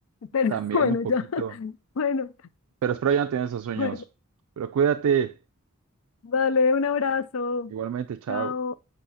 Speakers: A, on the left (about 70°); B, on the right (about 85°).
A: pero
B: También
A: <laughs> bueno,
B: un poquito.
A: ya. Bueno,
B: Pero espero ya no tener esos sueños.
A: bueno,
B: Pero cuídate.
A: dale un abrazo.
B: Igualmente, chao.
A: Chao.